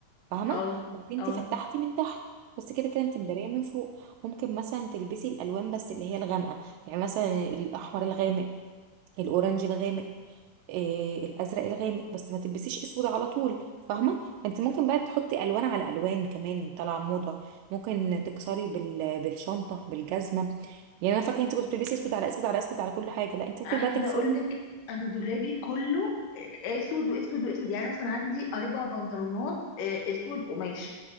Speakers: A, on the right; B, on the left.
A: فاهمه
B: اه
A: ممكن انت
B: اه
A: فتحتي من تحت بس كده كده انت مداريه من فوق ممكن مثلا تلبسي الالوان بس اللي هي الغامقه يعني مثلا الاحمر الغامق الاورنج الغامق إيه الازرق الغامق بس ما تلبسيش اسود على طول فاهمه فانت ممكن بقى تحطي الوان على الوان كمان طالعه موضه ممكن تكسري بال... بالشنطه بالجزمه يعني انا فاكره انت كنت بتلبسي اسود على اسود على اسود على كل حاجه لا انت ممكن
B: عايزه
A: بقى تكسري
B: اقول لك انا دولابي كله اسود واسود واسود يعني مثلا عندي اربع بنطلونات آه، اسود قماش